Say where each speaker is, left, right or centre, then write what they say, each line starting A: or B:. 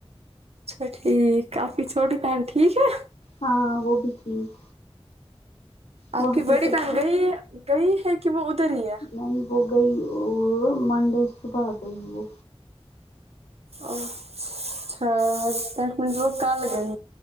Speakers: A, on the right; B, on the left.
A: اچھا ٹھیک کافی چھوٹی بھن ٹھیک ہے
B: ہاں وہ بھی ٹھیک
A: آ
B: وہاں
A: پکی
B: پہ
A: بڑی
B: سب
A: بہن گئی گئی ہے کہ وہ ادھر ہی ہے
B: نہیں وہ گ وہ منڈے صبح گی وہ
A: او اچھا دٹ مین وہ کل گئی